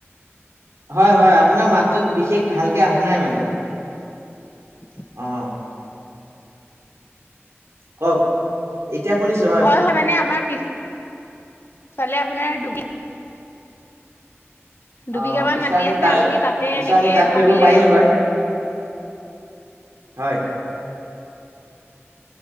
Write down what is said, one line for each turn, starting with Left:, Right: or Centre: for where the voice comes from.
Right: হয় হয় আপোনাৰ মাতটো বিশেষ ভালকে অহা নাই মানে।
Left: <unintelligible>
Right: অ। কওক? এতিয়া শুনিছোঁ হ
Left: হয় হয় মানে আমাৰ পিছ ফালে আপোনাৰ দুবি দুবিঘা
Right: অ
Left: মান
Right: পিছে
Left: মাটি
Right: আমি
Left: আছে
Right: তাত,
Left: আপুনি তাতে
Right: পিছে
Left: এনেকে
Right: আমি তাত
Left: ভাবিলে
Right: কৰিব পাৰিলোঁ হয়? হয়।